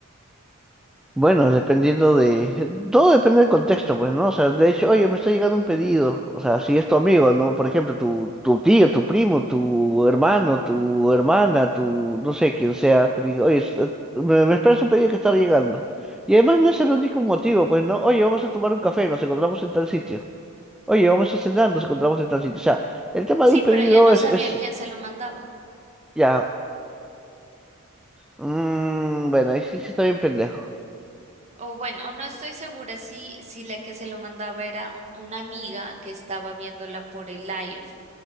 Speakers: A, in the centre; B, on the right (about 30°).
A: Bueno, dependiendo de... Todo depende del contexto, pues, ¿no? O sea, de hecho, oye, me está llegando un pedido. O sea, si es tu amigo, ¿no? Por ejemplo, tu, tu tío, tu primo, tu hermano, tu hermana, tu... no sé, quién sea, que diga, oye, es- eh, me, me esperas un pedido que está llegando. Y además no es el único motivo, pues, ¿no? Oye, vamos a tomar un café, nos encontramos en tal sitio. Oye, vamos a cenar, nos encontramos en tal sitio. O sea, el tema
B: Sí,
A: de un pedido
B: pero ya no
A: es,
B: sabía
A: es,
B: quién se lo mandaba.
A: ya... mm, bueno, ahí sí, sí está bien pendejo.
B: O bueno, o no estoy segura si, si la que se lo mandaba era una amiga que estaba viéndola por el live